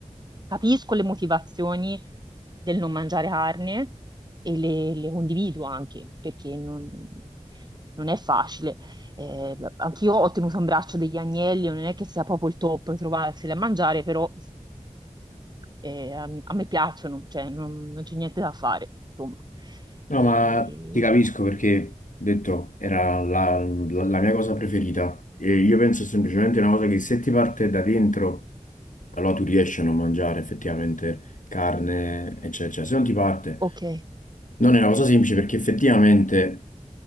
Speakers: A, on the right; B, on the left.
A: capisco le motivazioni del non mangiare carne e le, le condivido anche perché non, non è facile. Eh, anch'io ho tenuto in braccio degli agnelli, non è che sia proprio il top trovarseli a mangiare, però. E, um, a me piacciono, cioè non, non c'è niente da fare, insomma.
B: No,
A: E-
B: ma ti capisco perché, ho detto, era la, la- la mia cosa preferita. E io penso semplicemente una cosa che se ti parte da dentro, allora tu riesci a non mangiare effettivamente carne, eccetera. eccetera. Se non ti parte,
A: Ok,
B: non è una cosa semplice perché effettivamente